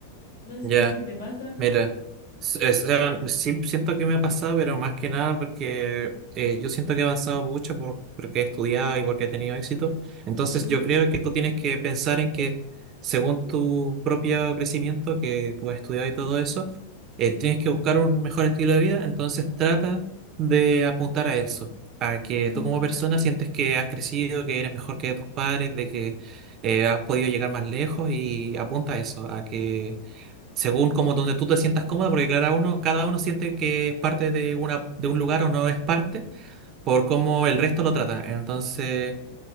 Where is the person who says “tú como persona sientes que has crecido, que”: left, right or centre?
Right